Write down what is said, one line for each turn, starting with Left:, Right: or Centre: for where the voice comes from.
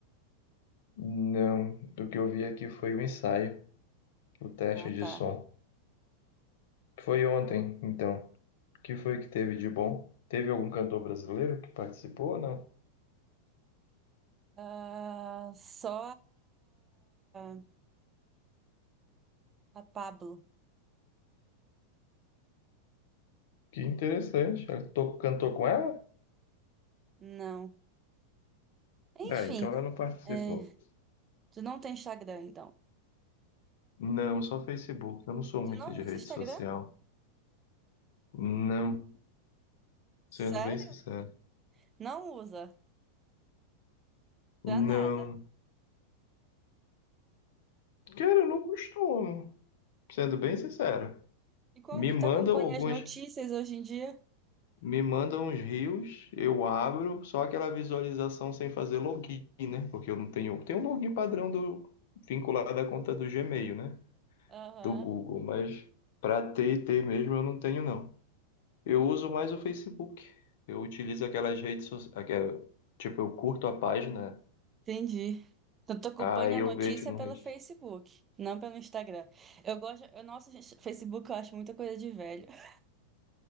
Left: Não, o que eu vi aqui foi o ensaio, o teste
Right: Ah,
Left: de
Right: tá.
Left: som. Foi ontem, então. que foi que teve de bom? Teve algum cantor brasileiro que participou ou não?
Right: Ah, só a, a Pablo.
Left: Que interessante. Ela to- cantou com ela?
Right: Não. Enfim,
Left: Ah, então ela não participou.
Right: é, tu não tem Instagram, então.
Left: Não, só Facebook. Eu não sou
Right: E
Left: muito
Right: tu não
Left: de
Right: usa
Left: rede
Right: Instagram?
Left: social. Não,
Right: Sério?
Left: sendo bem sincero.
Right: Não usa. Pra
Left: Não.
Right: nada.
Left: Cara, eu não costumo. Sendo bem sincero.
Right: E como
Left: Me
Right: que
Left: mandam
Right: tu acompanha
Left: alguns,
Right: as notícias hoje em dia?
Left: me mandam uns rios, eu abro, só aquela visualização sem fazer login, né? Porque eu não tenho, tem um login padrão do vinculado à conta do Gmail, né?
Right: Aham,
Left: do Google, mas para T e ter mesmo eu não tenho não. Eu uso mais o Facebook. Eu utilizo aquelas redes sociais, tipo, eu curto a página,
Right: entendi. Então, tu acompanha
Left: aí
Right: a
Left: eu
Right: notícia
Left: vejo no
Right: pelo
Left: resto.
Right: Facebook, não pelo Instagram. Eu gosto. Eu, nossa, gente, Facebook eu acho muita coisa de velho. <laughs>